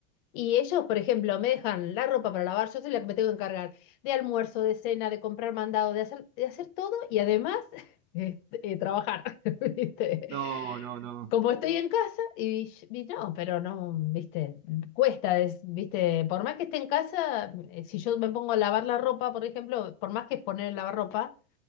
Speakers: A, on the left; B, on the right.
A: Y ellos, por ejemplo, me dejan la ropa para lavar, yo soy la que me tengo que encargar de almuerzo, de cena, de comprar mandado, de hacer, de hacer todo y además <laughs> eh, eh, trabajar, <laughs> ¿viste?
B: No, no, no.
A: Como estoy en casa y, y no, pero no, ¿viste? Cuesta, es- ¿viste? Por más que esté en casa, eh, si yo me pongo a lavar la ropa, por ejemplo, por más que es poner el lavarropa,